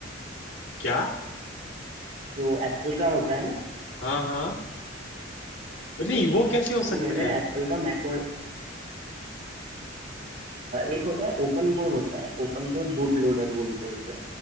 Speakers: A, on the left; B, on the right.
A: क्या
B: जो एप्पल का होता है ना
A: हाँ हाँ नहीं वो कैसे हो
B: तो
A: सकता
B: मैंने
A: है
B: एप्पल का मैकओएस एक होता है ओपन कोर होता है ओपन कोर बूट लोडर बोलते हैं उसे